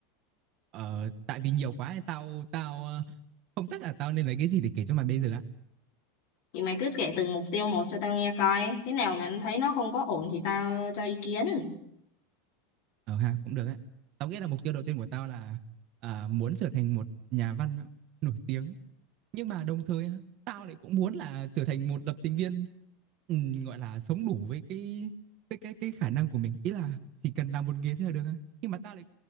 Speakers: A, on the right; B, on the left.
A: Ờ tại vì nhiều quá ấy, tao tao ờ, không chắc là tao nên lấy cái gì để kể cho mày bây giờ á.
B: Thì mày cứ kể từng mục tiêu một cho tao nghe coi. Cái nào mà thấy nó không có ổn thì tao cho ý kiến.
A: Ờ ha, cũng được á. Tao nghĩ là mục tiêu đầu tiên của tao là à, muốn trở thành một nhà văn nổi tiếng Nhưng mà đồng thời tao lại cũng muốn là trở thành một lập trình viên, ừm, gọi là, sống đủ với cái cái cái cái khả năng của mình. Ý là chỉ cần làm một nghề thế là được Nhưng mà tao lại